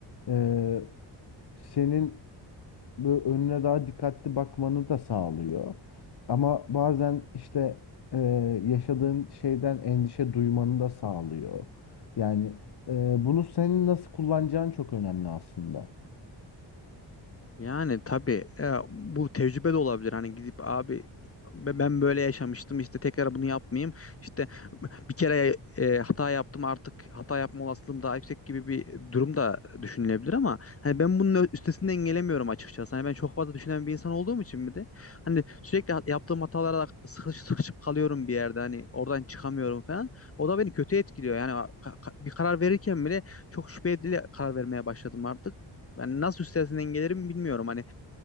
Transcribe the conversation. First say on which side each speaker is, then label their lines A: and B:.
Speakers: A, on the left (about 60°); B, on the left (about 30°).
A: e, senin böyle önüne daha dikkatli bakmanı da sağlıyor. Ama bazen işte e, yaşadığın şeyden endişe duymanı da sağlıyor. Yani e, bunu senin nasıl kullanacağın çok önemli aslında.
B: Yani tabii e, bu tecrübe de olabilir. Hani gidip abi ben ben böyle yaşamıştım işte tekrar bunu yapmayayım. İşte bir kere e, hata yaptım artık hata yapma olasılığım daha yüksek gibi bir durum da düşünülebilir ama hani ben bunun ö- üstesinden gelemiyorum açıkçası. Hani ben çok fazla düşünen bir insan olduğum için mi de hani sürekli hat- yaptığım hatalara sıkış, sıkışıp kalıyorum bir yerde hani oradan çıkamıyorum falan. O da beni kötü etkiliyor. Yani ka- ka- bir karar verirken bile çok şüpheli karar vermeye başladım artık. Yani nasıl üstesinden gelirim bilmiyorum. Hani